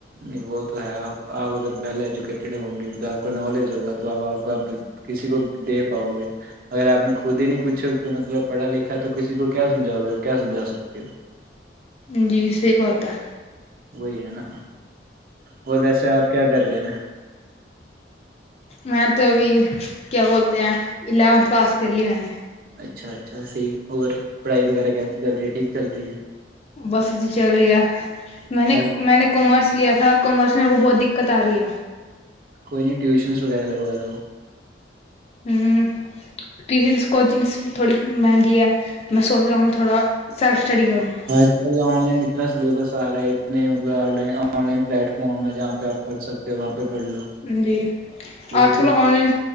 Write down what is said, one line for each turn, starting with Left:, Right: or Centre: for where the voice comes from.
Right: نہیں وہ تو ہے آپ آپ اگر ویل ایجوکیٹیڈ ہوں گے مطلب کو نالج ہوگا تو ا آپ ا کسی کو دے پاؤ گے اگر آپ نے خود ہی نہیں کچھ تو مطلب پڑھا لکھا تو کسی کو کیا سمھاؤ گے کیا سمجھا سکتے ہو
Left: جی صحیح بہت ہے
Right: وہی ہے نا اور ویسے آپ کیا کر رہے ہیں
Left: میں تو ابھی کیا بولتے ہیں الیونتھ پاس کر لی میں نے
Right: اچھا اچھا صحی اور پڑھائی وغیرہ کیسے چل رہی ہے ٹھیک چل رہی ہے
Left: بس ا ہی چل رہی ہے میں نے
Right: بس
Left: میں نے کامرس لیا تھا کامرس میر کو بہت دقت آ رہی ہے
Right: کوئی نہیں ٹیوشنس وغیرہ لگوا دو
Left: ہوں ٹیوشنس کوچنگس تھوڑی مہنگی ہے میں سوچ رہا ہوں تھوڑا سیلف سٹڈی کروں
Right: آج کل آن لائن اتنا سلیبس آ رہا ہے اتنے مطلب آ آن لائن پلیٹ فارم ہے جہاں پہ آ پڑھ سکتے وہاں پہ پڑھ لو
Left: جی
Right: وہ
Left: آج کل
Right: تو
Left: online